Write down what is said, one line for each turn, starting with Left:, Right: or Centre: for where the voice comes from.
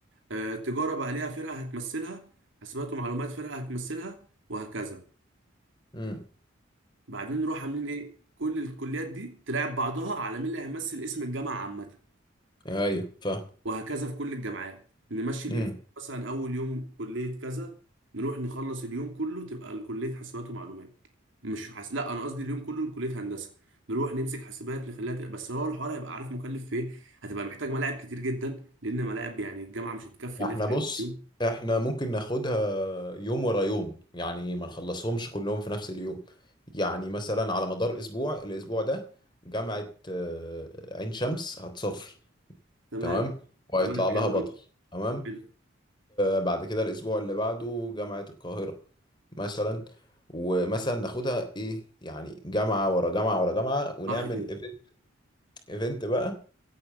Right: آه، تجارة بقى ليها فرقة هتمثلها حسابات ومعلومات فرقة هتمثلها وهكذا
Left: امم
Right: بعدين نروح عاملين ايه كل الكليات دي تلعب بعضها على مين اللي هيمثل اسم الجامعة عامة
Left: ايوه أيوة، فاهم
Right: وهكذا في كل الجامعات نمشي الايفنت
Left: امم
Right: مثلا اول يوم كليه كذا نروح نخلص اليوم كله تبقى كليه حاسبات ومعلومات مش حس... لا انا قصدي اليوم كله لكليه هندسه نروح نمسك حاسبات نخليها تبقى بس هو الحوار هيبقى عارف مكلف في ايه هتبقى محتاج ملاعب كتير جدا لان ملاعب يعني الجامعه مش هتكفي انها
Left: احنا
Right: تعمل
Left: بص
Right: في يوم
Left: احنا ممكن ناخدها يوم ورا يوم يعني ما نخلصهمش كلهم في نفس اليوم يعني مثلا على مدار اسبوع الاسبوع ده جامعة آه، عين شمس هتصفي
Right: تمام
Left: تمام وهيطلع
Right: تمام
Left: لها
Right: حلو
Left: بطل
Right: جدا
Left: تمام
Right: حلو
Left: بعد كده الاسبوع اللي بعده جامعة القاهرة مثلا ومثلا ناخدها ايه يعني جامعة ورا جامعة ورا جامعة ونعمل
Right: صح كده
Left: ايفنت ايفنت بقى